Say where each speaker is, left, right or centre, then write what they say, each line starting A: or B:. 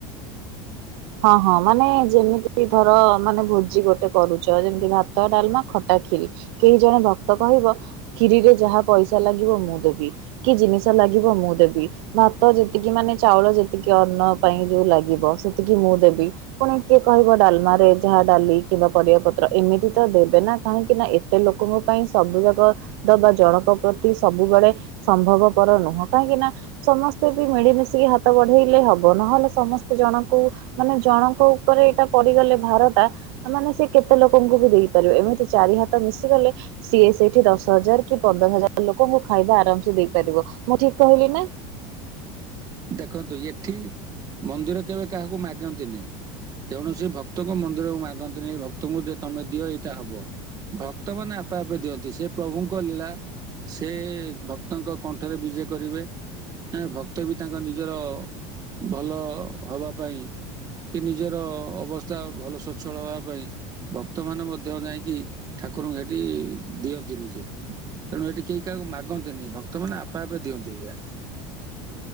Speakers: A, on the right (about 70°); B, on the right (about 25°).
A: ହଁ ହଁ ମାନେ ଯେମିତି ଧର ମାନେ ଭୋଜି ଗ ଗଟେ କରୁଛ ଯେମିତି ଭାତ ଡାଲମା ଖଟା କ୍ଷୀରି କେହି ଜଣେ ଭକ୍ତ କହିବ କ୍ଷୀରିରେ ଯାହା ପଇସା ଲାଗିବ ମୁଁ ଦେବି କି ଜିନିଷ ଲାଗିବ ମୁଁ ଦେବି ଭାତ ଯେତିକି ମାନେ ଚାଉଳ ଯେତିକି ଅନ୍ନ ପାଇଁ ଯୋଉ ଲାଗିବ ସେ ଏତିକି ମୁଁ ଦେବି ପୁଣି କିଏ କହିବ ଡାଲମାରେ ଯାହା ଡାଲି କିମ୍ବା ପରିବା ପତ୍ର ଏମିତି ତ ଦେବେ ନା କାହିଁକି ନା ଏତେ ଲୋକଙ୍କ ପାଇଁ ସବୁ ଯାକ ଦବା ଜଣଙ୍କ ପ୍ରତି ସବୁବେଳେ ସମ୍ଭବପର ନୁହଁ କାହିଁକିନା ସମସ୍ତେ ବି ମିଳିମିଶିକି ହାତ ବଢେଇଲେ ହବ ନହେଲେ ସମସ୍ତେ ଜଣ କୁ ମାନେ ଜଣଙ୍କ ଉପରେ ଏଇଟା ପଡିଗଲେ ଭାରଟା ମାନେ ସିଏ କେତେ ଲୋକଙ୍କୁ ବି ଦେଇପାରିବେ ଏମିତି ଚାରି ହାତ ମିଶିଗଲେ ସିଏ ସେଇଠି ଦଶ ହଜାର କି ପନ୍ଦର ହଜାର ଲୋକଙ୍କୁ ଖାଇବା ଆରାମସ ଦେଇପାରିବ ମୁଁ ଠିକ କହିଲି ନା?
B: ଦେଖନ୍ତୁ ଏଠି ମନ୍ଦିର କେବେ କାହାକୁ ମାଗନ୍ତି ନାହିଁ। କୌଣସି ଭକ୍ତଙ୍କ ମନ୍ଦିରକୁ ମାଗନ୍ତିନି ଭକ୍ତଙ୍କୁ ଯେ ତମେ ଦିଅ ଏଇଟା ହବ। ଭକ୍ତମାନେ ଆପେ ଆପେ ଦିଅନ୍ତି ସେ ପ୍ରଭୁଙ୍କ ଲୀଳା। ସେ ଭକ୍ତଙ୍କ କଣ୍ଠରେ ବିଜେ କରିବେ ଆ ଭକ୍ତ ବି ତାଙ୍କ ନିଜର ଭଲ ହବା ପାଇଁ କି ନିଜର ଅବସ୍ଥା ଭଲ ସ୍ୱଚ୍ଛଳ ହବା ପାଇଁ ଭକ୍ତମାନ ମଧ୍ୟ ଯାଇକି ଠାକୁରଙ୍କୁ ସେଠି ଦିଅନ୍ତି ନିଜେ ତେଣୁ ଏଠି କେହି କାହାକୁ ମାଗନ୍ତିନି ଭକ୍ତମାନେ ଆପେ ଆପେ ଦିଅନ୍ତି ଏଇଆ।